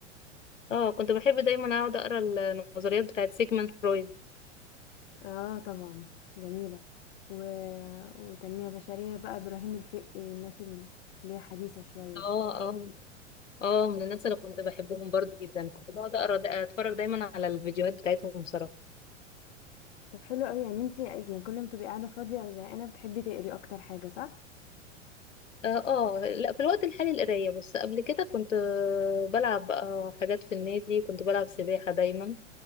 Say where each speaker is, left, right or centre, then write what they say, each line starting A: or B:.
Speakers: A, on the left (about 85°); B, on the left (about 55°).
A: اه كنت بحب دايما اقعد اقرا النظريات بتاعت سيجموند فرويد
B: اه طبعا جميله و... وتنميه بشريه بقى ابراهيم الفقي والناس اللي اللي هي حديثه شويه
A: اه
B: دي
A: اه اه من الناس اللي كنت بحبهم برضو جدا كنت بقعد اقرا دا اتفرج دايما على الفيديوهات بتاعتهم بصراحه
B: طب حلو قوي يعني انت يعني كل ما تبقي قاعده فاضيه او زهقانه بتحبي تقري اكتر حاجه صح
A: اه آه، لا في الوقت الحالي القرايه بس قبل كده كنت آه، بلعب بقى حاجات في النادي كنت بلعب سباحه دايما